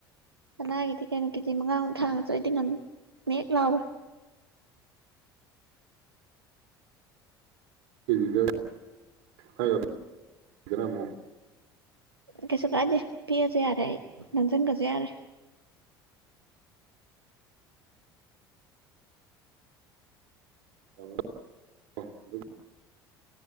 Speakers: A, on the right; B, on the right.
A: ꯁꯅꯥꯒꯤꯗꯤ ꯀꯩꯅꯣ ꯀꯦꯖꯤ ꯃꯉꯥꯃꯨꯛ ꯊꯥꯡꯉꯁꯨ ꯑꯩꯗꯤ ꯉꯝꯅꯤ ꯃꯦꯛ ꯂꯥꯎꯔꯣꯏ꯫
B: ꯀꯦꯖꯤꯗ <unintelligible> ꯗꯅ ꯃꯨꯛ
A: ꯀꯩꯁꯨ ꯀꯥꯗꯦ ꯄꯤꯔꯁꯨ ꯌꯥꯔꯦ ꯑꯩ ꯅꯝꯁꯤꯟꯒꯁꯨ ꯌꯥꯔꯦ
B: ꯑꯕ ꯀꯣ ꯗꯨꯛ